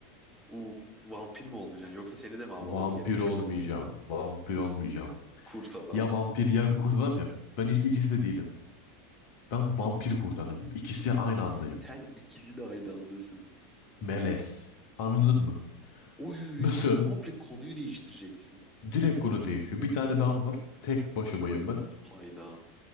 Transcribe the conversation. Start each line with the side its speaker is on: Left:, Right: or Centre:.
Centre: of, vampir mi olacaksın? Yoksa seni de mi avlamam
Left: Vampir
Centre: gerekiyor?
Left: olmayacağım. Vampir olmayacağım.
Centre: Kurt adam.
Left: Ya vampir ya kurt adam ya. Ben işte ikisi de değilim. Ben vampir kurt adamım. İkisi aynı andayım.
Centre: Sen ikisi de aynı andasın.
Left: Melez. Anladın mı?
Centre: Oy
Left: <laughs> Nasıl?
Centre: sen komple konuyu değiştireceksin.
Left: Direkt konu değişiyor. Bir tane ben var. Tek başımayım ben.
Centre: Hayda.